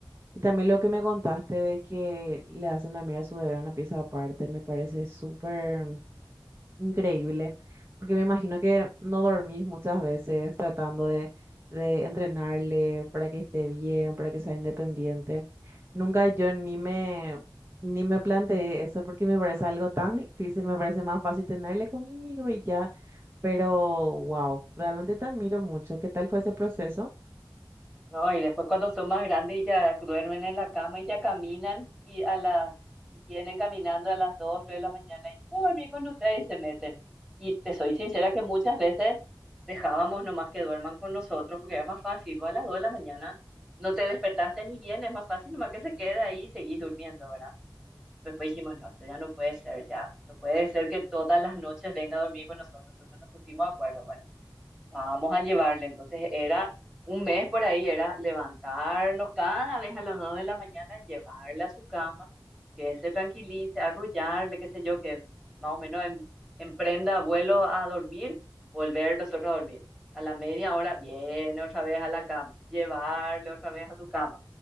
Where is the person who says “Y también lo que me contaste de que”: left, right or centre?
Right